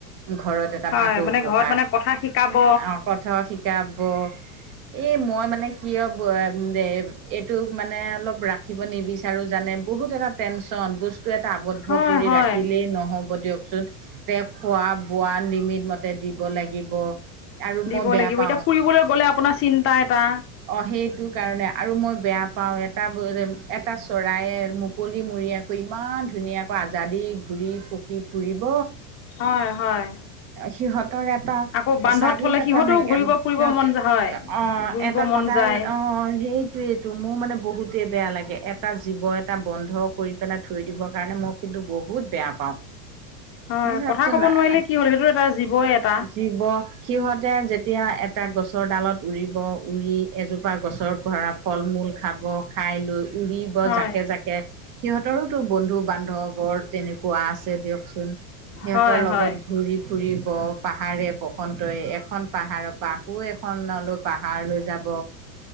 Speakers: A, on the right (about 45°); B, on the left (about 25°).
A: ঘৰত এটা
B: হয়
A: ভাটৌ
B: মানে
A: পোহা
B: ঘৰত মানে কথা শিকাব
A: অ, কথ শিকাব এই মই মানে কিয় <unintelligible> এইটো মানে অলপ ৰাখিব নিবিচাৰো জানে বহুত এটা টেনচন ব এটা আৱদ্ধ
B: হয়
A: কৰি
B: হয়
A: ৰাখিলেই নহ'ব দিয়ক। চোন তে খোৱা বোৱা নিমিট মতে দিব লাগিব। আৰু
B: দিব
A: মই বেয়া
B: লাগিব
A: পাওঁ।
B: এতিয়া গ'লে আপোনাৰ চিন্তা এটা।
A: অ সেইটো কাৰণে আৰু মই বেয়া পাও এটা এটা চৰায়ে মোক, মুকলি মুৰিয়াকৈ ইমান ধুনীয়াকৈ আজা দি ঘূৰি পকি ফুৰিব।
B: হয় হয়
A: সিহঁতৰ এটা
B: আকৌ বান্ধত
A: স্বাধীন
B: থলে
A: এটা
B: সিহঁতেও
A: নাইক
B: ঘূৰিব ফুৰিব
A: সিহঁত
B: মন যায়, হয়
A: অ
B: ঘূৰিব
A: এটা
B: মন
A: সদায়
B: যায়
A: অ, অ সেইটোয়েইটো মোৰ মানে বহুতেই বেয়া লাগে এটা জীৱ এটা বন্ধক, কৰি পেলাই থৈ দিবৰ কাৰণে মই কিন্তু বহুত বেয়া পাওঁ,
B: হয়
A: চাওকচোন
B: কথা কব নোৱাৰিলে কি হ'ল সেইটো এটা জীৱই এটা।
A: জীৱ সিহঁতে যেতিয়া এ এটা গছৰ ডালত উৰিব উৰি এজোপা গছৰ ভৰা ফল মূল খাব খাই লৈ। উৰিব
B: হয়
A: জাকে জাকে। সিহঁতৰোতো বন্ধু বান্ধৱৰ তেনেকুৱা আছে দিয়কচোন। সিহঁতৰ
B: হয়
A: লগত
B: হয়
A: ঘূৰি, ফুৰিব পাহাৰে বসন্তই এখন পাহাৰৰ পৰা আকৌ এখন, পাহাৰ লৈ যাব।